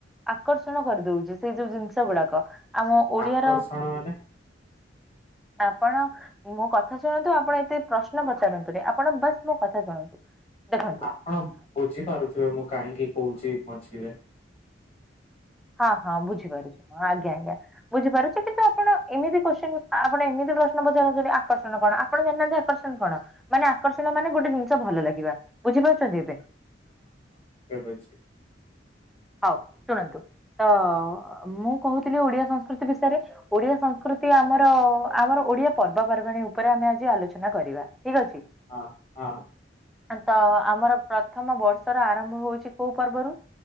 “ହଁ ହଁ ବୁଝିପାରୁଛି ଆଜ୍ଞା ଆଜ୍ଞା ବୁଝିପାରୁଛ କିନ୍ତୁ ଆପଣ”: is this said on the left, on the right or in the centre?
Centre